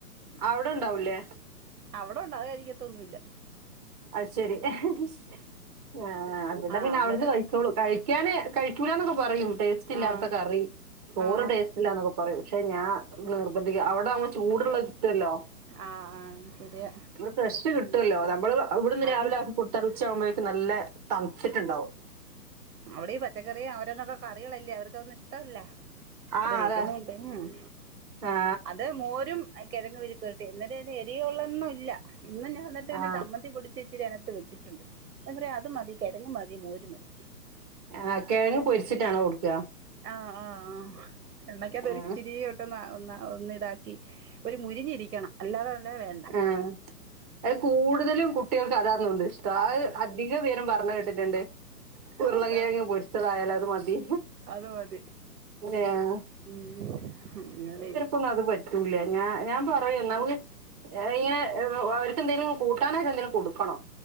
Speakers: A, on the right; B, on the right.
A: അവിടെണ്ടാവൂലേ
B: അവിടൊണ്ട് അത് കഴിക്കത്തൊന്നുല്ലാ
A: അത് ശരി ആഹ് ഇവടെ
B: ആ
A: പിന്നെ
B: അന്നേരം
A: ഔട്ന്ന് കഴിച്ചോളും. കഴിക്കാന് കഴിക്കൂലന്നൊക്കെ പറയും ടേസ്റ്റ് ഇല്ലാത്ത
B: ആ
A: കറി. ചോറ്
B: ആ
A: ടേസ്റ്റ് ഇല്ലാന്നൊക്കെ പറയും പഷെ ഞാ നിർബന്ധിക്കും ഔടെവൂമ്പോ ചൂട്ള്ളെ കിട്ടുവെല്ലോ.
B: ആഹ് ആഹ് ശരിയാ
A: ഫ്രഷ് കിട്ടുവല്ലോ നമ്മള് ഇവ്ടുന്ന്
B: അത്
A: രാവിലെ ആക്കി കൊടുത്താല് ഉച്ച ആവുമ്പഴേക്ക് നല്ലെ തണ്ത്തിട്ട്ണ്ടാവും.
B: അവടെ ഈ പച്ചക്കറി ഓരോന്നൊക്കെ കറികളല്ലേ അവർക്കതൊന്നും ഇഷ്ട്ടവല്ലാ. അവരെ
A: ആ
B: വീട്ടീന്ന്
A: അതെ
B: കൊണ്ടുവെര്ന്നാ ആഹ്
A: ആ
B: അത് മോരും ആഹ് കെഴങ്ങ് മെഴുക്ക് പൊരട്ടി <unintelligible> അയ്‌ന് എരിവുള്ളൊന്നുല്ലാ ഇന്ന് ഞാൻ ഇന്നിട്ട് പിന്നെ
A: ആ
B: ചമ്മന്തി പൊടി ച്ച്ച്ചിരി അകത്ത് വെച്ചിട്ടുണ്ട് ഞാ പറയാ അത് മതി കെഴങ്ങ് മതി മോര് മതി.
A: ആഹ് കെഴങ്ങ് പൊരിച്ചിട്ടാണോ കൊട്ക്കാ?
B: ആഹ് ആഹ് ആഹ് എണ്ണക്കാത്ത്
A: ആ
B: ഒരിച്ചിരിയോ ട്ട്ന്നാ ഒന്ന ഒന്ന്താക്കി ഒര് മുരിഞ്ഞിരിക്കണം അല്ലാതൊള്ളെ വേണ്ടാ.
A: ആ അത് കൂടുതലും കുട്ടികൾക്ക് അതാ തോനുന്ന് ഇഷ്ട്ടം അത് അധിക പേരും പറഞ്ഞ് കേട്ടിട്ട്ണ്ട്. ഉരുളം
B: അതാ
A: കെഴങ്ങ് പൊരിച്ചതായാലത് മതി
B: അത് മതി
A: ഏഹ്
B: ഉം അങ്ങനെ <unintelligible>
A: ന്നു അത് പറ്റൂലാ ഞാ ഞാൻ പറയും നമ്മക്ക് ഏഹ് ഇങ്ങനെ ഏഹ് അവർക്കെന്തെങ്കിലും കൂട്ടാനായ്റ്റ് എന്തെലും കൊടുക്കണം?